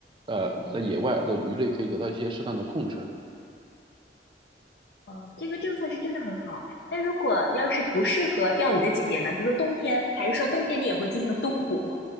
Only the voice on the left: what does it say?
哦，这个政策是真的很好。那如果要是不适合钓鱼的季节呢？比如说冬天，还是说冬天你也会进行冬捕？